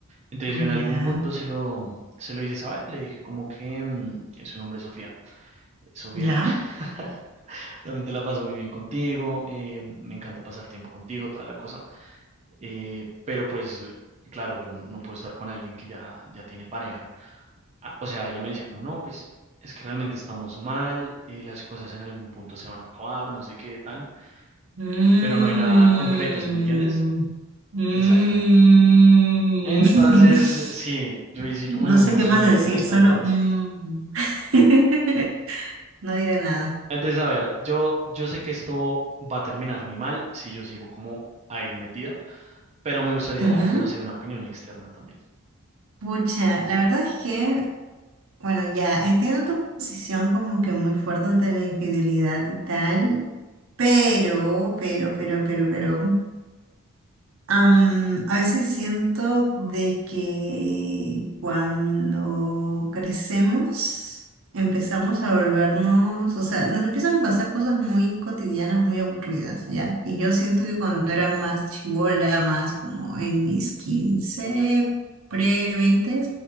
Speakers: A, on the right; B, on the right.
A: entonces yo en
B: Ya.
A: algún punto se lo, se lo hice saber, le dije como que mm, su nombre es Sofía, Sofía.
B: Ya.
A: <laughs> También te la paso muy bien contigo, eh, me encanta pasar tiempo contigo, toda la cosa, eh, pero pues claro, yo no, no puedo estar con alguien que ya, ya tiene pareja. Ah, o sea, ella me decía como, no, pues es que realmente estamos mal, eh, las cosas en algún punto se van a acabar, no sé qué tan,
B: Mm.
A: pero no hay nada concreto, ¿sí me entiendes?
B: Mm.
A: Exacto. Entonces,
B: <laughs>
A: sí, yo hice
B: No
A: como el mismo
B: sé qué
A: sonido
B: más decir,
A: mentalmente.
B: solo mm. <laughs> No diré nada.
A: Entonces, a ver, yo, yo sé que esto va a terminar muy mal si yo sigo como ahí metida. Pero me gustaría,
B: Ujú.
A: no sé, una opinión externa también.
B: Pucha, la verdad es que, bueno, ya entiendo tu posición como que muy fuerte ante la infidelidad y tal, pero, pero, pero, pero, pero. Am, a veces siento de que cuando crecemos empezamos a volvernos, o sea, nos empiezan a pasar cosas muy cotidianas, muy aburridas, ¿ya? Y yo siento que cuando era más chibola, más como en mis 15 pre-20,